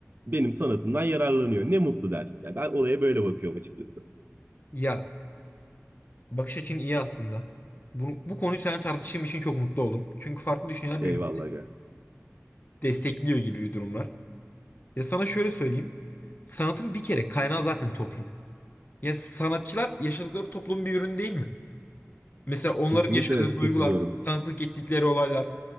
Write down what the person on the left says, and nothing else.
Ya Bakış açın iyi aslında. Bu, bu konuyu seninle tartıştığım için çok mutlu oldum. Çünkü farklı düşünceler
birbirini
destekliyor gibi bir durum var. Ya sana şöyle söyleyeyim. Sanatın bir kere kaynağı zaten toplum. Ya sanatçılar yaşadıkları toplumun bir ürünü değil mi? Mesela onların
yaşadığı
duygular, tanıklık ettikleri olaylar.